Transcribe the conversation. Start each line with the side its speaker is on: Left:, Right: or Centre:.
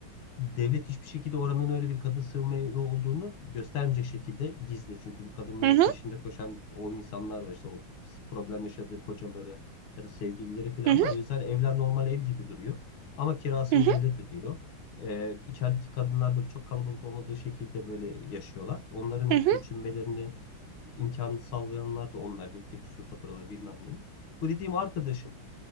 Left: devlet hiçbir şekilde oranın öyle bir kadın sığınma evi olduğunu göstermeyecek şekilde gizli. Çünkü bu kadınların
Right: hı hı
Left: peşinde koşan o insanlar var işte o problem yaşadığı kocaları ya da sevgilileri falan
Right: hı hı
Left: var. O yüzden evler normal ev gibi duruyor. Ama kirasını
Right: hı hı
Left: devlet ödüyor. Ee, içerideki kadınlar böyle çok kalabalık olmadığı şekilde böyle yaşıyorlar. Onların
Right: hı hı.
Left: geçinmelerini imkan sağlayanlar da onlar. Elektrik, su faturaları bilmem neyim. Bu dediğim arkadaşım